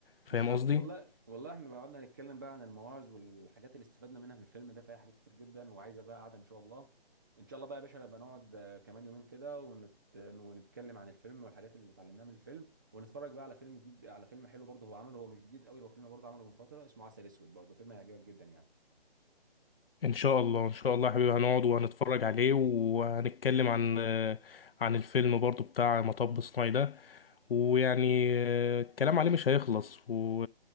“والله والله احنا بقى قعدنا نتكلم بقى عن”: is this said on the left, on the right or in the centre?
Right